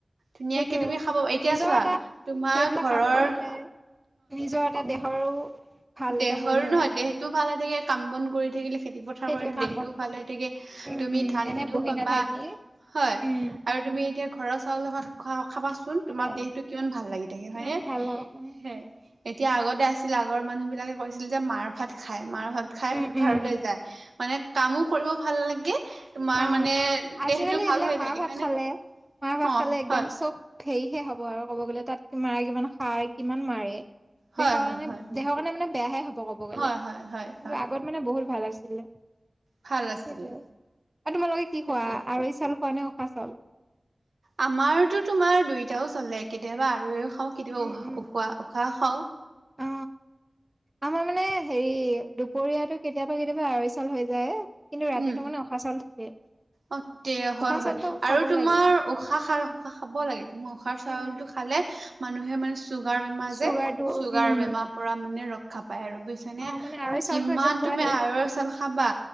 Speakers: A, on the right (about 80°); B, on the right (about 20°).
A: ধুনীয়াকে
B: সেইটোৱে
A: তুমি খাব এতিয়া
B: নিজৰ
A: চোৱা
B: এটা
A: তোমাৰ
B: সেইবিলাক
A: ঘৰৰ
B: কাম কৰিলে নিজৰ এটা দেহৰো ভাল
A: দেহৰ
B: এটা হেৰি হয়
A: নহয় দেহটোও ভাল হৈ থাকে কাম বন কৰি থাকিলে খেতি পথাৰ
B: সেইটোৱে
A: কৰি
B: কাম
A: দেহটোও
B: বন
A: ভাল হয় থাকে
B: উম
A: তুমি
B: উম
A: ধান
B: এনে
A: খিনিও
B: বহি
A: পাবা
B: নাথাকি
A: হয়
B: উম
A: আৰু তুমি এতিয়া ঘৰৰ চাউলৰ ভাত খ খাবাচোন তোমাৰ
B: হয়
A: দেহটো কিমান ভাল লাগি থাকে
B: কিমান
A: হয়নে
B: ভাল হয়
A: এতিয়া আগতে আছিল আগৰ মানুহ বিলাকে কৈছিল যে মাৰ ভাত খাই মাৰ ভাত খাই
B: উম
A: পথাৰলৈ
B: উম
A: যায় মানে কামো কৰিব ভাল লাগে তোমাৰ
B: অ
A: মানে
B: আজিকালি
A: দেহটো ভাল
B: এইবিলাক
A: হৈ
B: মাৰ
A: থাকে
B: ভাত
A: হয়নে
B: চলে মাৰ ভাত
A: অ
B: খালে একদম
A: হয়
B: চব হেৰিহে হ'ব আৰু ক'ব গ'লে তাত মাৰ কিমান খাই কিমান কিমান মাৰে
A: হয়
B: দেশৰ
A: হয়
B: কাৰণে
A: হয়
B: দেশৰ কাৰণে মানে বেয়াহে হ'ব ক'ব গলে
A: হয়
B: কিন্তু
A: হয় হয় হয়
B: আগত মানে বহুত ভাল আছিলে
A: ভাল আছিলে
B: সেইটোৱে আৰু তোমালোকে কি
A: তাকে
B: খোৱা আঢ়ৈ চাউল খোৱা নে উখা চাউল
A: আমাৰতো তোমাৰ দুইটাও চলে কেতিয়াবা আঢ়ৈও খাওঁ কেতিয়াবা
B: উম
A: উ
B: উম
A: উহা
B: উম
A: উশাহ খাওঁ
B: অ আমাৰ মানে হেৰি দুপৰীয়াটো কেতিয়াবা কেতিয়াবা আঢ়ৈ চাউল হৈ যায় কিন্তু ৰাতিটো
A: উম
B: মানে উখোৱা চাউল থাকে
A: অ তে হয়
B: উশাহ
A: হয়
B: চাউলটো খাব
A: আৰু তোমাৰ
B: লাগে
A: উশাহ খা উশাহ খাব লাগে তুমাৰ উশাহ চাউলো
B: উম,
A: খ খালে মানুহে মানে চোগাৰ বেমাৰ
B: চুগাৰটো
A: যে চোগাৰ
B: উম
A: বেমাৰ পৰা মানে ৰক্ষা পাই আৰু বুইছানে
B: অ মানে আঢ়ৈ
A: কিমান
B: চাউলটো একদম পুৰা
A: তুমি
B: হেৰি
A: আঢ়ৈ
B: থাকে
A: চাউল খাবা